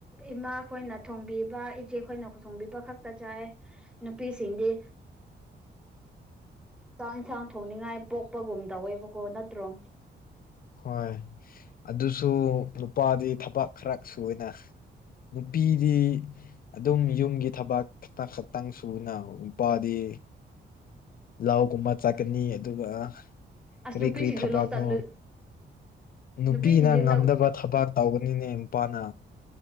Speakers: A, in the centre; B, on the left.
A: ꯏꯃꯥ ꯈꯈꯣꯏꯅ ꯊꯣꯡꯕꯤꯕ ꯏꯆꯦꯈꯣꯏꯅ ꯊꯣꯡꯕꯤꯕ ꯈꯛ ꯇ ꯆꯥꯦ <inaudible> ꯅꯨꯄꯤꯤ ꯁꯤꯁꯤꯡꯗ ꯆꯥꯛ ꯏꯟꯁꯥꯡ ꯊꯣꯡꯅꯤꯡꯉꯥꯏ ꯄꯣꯛꯄꯒꯨꯝ ꯇꯧꯋꯦꯕꯀꯣ ꯅꯠꯇ꯭ꯔꯣ
B: ꯍꯣꯏ ꯑꯗꯨꯁꯨ ꯅꯨꯄꯥꯗꯤ ꯊꯕꯛ ꯈꯔ ꯁꯨꯅ ꯅꯨꯄꯤꯗꯤ ꯑꯗꯨꯝ ꯌꯨꯝꯒꯤ ꯊꯕꯥꯛ ꯈꯛꯇ ꯈꯛꯇꯪ ꯁꯨꯅ ꯅꯨꯄꯥꯗꯤ ꯂꯥꯎꯒꯨꯝꯕ ꯆꯥꯛꯀꯅꯤ ꯑꯗꯨꯒ
A: ꯑꯁ
B: ꯀꯔꯤ
A: ꯅꯨꯄꯤꯁꯤꯡꯁꯨ
B: ꯀꯔꯤ ꯊꯕꯛꯅꯣ
A: ꯂꯧ ꯆꯠꯂꯨ
B: ꯅꯨꯄꯤꯅ
A: ꯅꯨꯄꯤꯁꯤꯡꯗꯤ
B: ꯉꯝꯗꯕ
A: ꯂꯧ
B: ꯊꯕꯛ ꯇꯧꯕꯅꯤꯅꯦ ꯅꯨꯄꯥꯅ